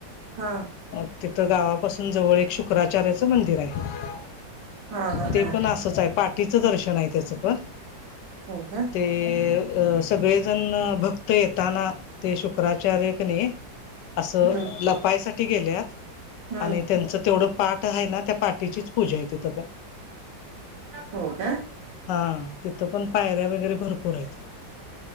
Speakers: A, on the right; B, on the left.
A: हां
B: अ तिथं गावापासून जवळ एक शुक्राचार्याचं मंदिर आहे
A: हा हा
B: ते
A: हा
B: पण असंच आहे पाठीचं दर्शन आहे त्याचं पण
A: हो का
B: ते अ सगळेजण भक्त येताना ते शुक्राचार्य क नही असं
A: हम्म
B: लपायसाठी गेल्यात
A: हम्म
B: आणि त्यांचं तेवढं पाठ हाय ना त्या पाठीचीच पूजाय तिथं पण
A: हो का हम्म
B: हा तिथं पण पायऱ्या वगैरे भरपूरं आहेत